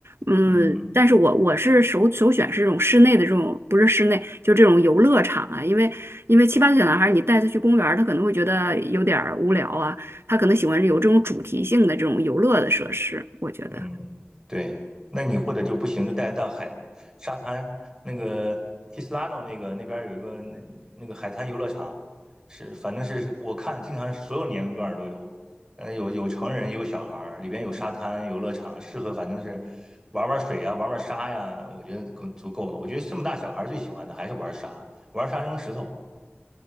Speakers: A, on the right (about 75°); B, on the right (about 15°).
A: 嗯，
B: 嗯，
A: 但是我我是首首选是这种室内的这种，不是室内，就这种游乐场啊，因为因为七八岁小男孩儿，你带他去公园儿，他可能会觉得有点儿无聊啊，他可能喜欢有这种主题性的这种游乐的设施，我觉得。
B: 嗯，对，那你或者就不行，就带到海沙滩那个 Kislano 那个那边儿有一个那那个海滩游乐场，是反正是我看经常所有年龄段儿都有，嗯，有有成人也有小孩儿，里边有沙滩游乐场，适合反正是玩玩水呀、玩玩沙呀，我觉得够足够了。我觉得这么大小孩儿最喜欢的还是玩沙，玩沙扔石头。